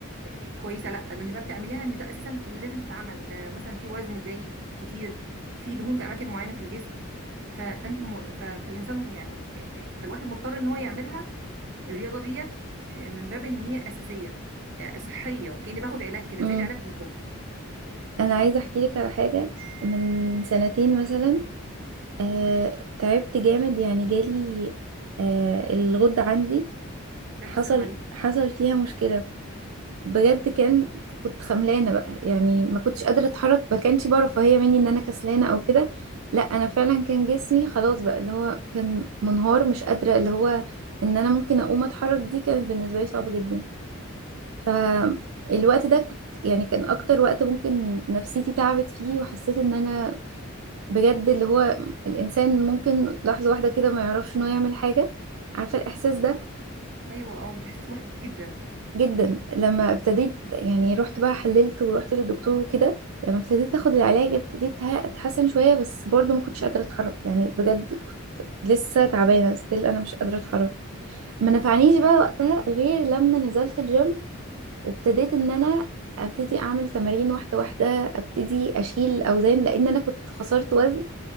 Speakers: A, on the right (about 55°); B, on the right (about 75°).
A: آه، كويسه لا ده انت بقى بتعمليها ان ده اساسا لازم تتعمل ده مثلا في وزن زايد كتير في دهون في اماكن معينه في الجسم ف- فانت م... ف... فالانسان يعني آه، آه، فالواحد مضطر ان هو يعملها الرياضه ديت آه، من باب ان هي اساسيه آه، صحيه كاني باخد علاج كده
B: امم.
A: زي العلاج بالظبط
B: انا عايزه احكي لك على حاجه من سنتين مثلا آه، تعبت جامد يعني جالي آه، الغدة عندي
A: الف
B: حصل
A: سلام عليك
B: حصل فيها مشكلة بجد كان كنت خملانة بقى يعني ما كنتش قادرة اتحرك ما كانش بقى رفاهية مني ان انا كسلانة او كده لا انا فعلا كان جسمي خلاص بقى اللي هو كان منهار مش قادرة اللي هو ان انا ممكن اقوم اتحرك دي كانت بالنسبة لي صعبة جدا فالوقت ده كنت يعني كان اكتر وقت ممكن نفسيتي تعبت فيه وحسيت ان انا بجد اللي هو الإنسان ممكن لحظة واحدة كده ما يعرفش إن هو يعمل حاجة عارفة الإحساس ده
A: ايوه اه احساس محبط جدا
B: فجدا لما ابتديت يعني رحت بقى حللت ورحت للدكتور وكده لما ابتديت أخد العلاج ابتديت ه- أتحسن شوية بس برضو ما كنتش قادرة أتحرك يعني بجد كنت لسه تعبانة ستيل أنا مش قادرة أتحرك ما نفعنيش بقى وقتها غير لما نزلت الجيم وابتديت إن أنا ابتدي اعمل تمارين واحده واحده ابتدي اشيل اوزان لان انا كنت خسرت وزن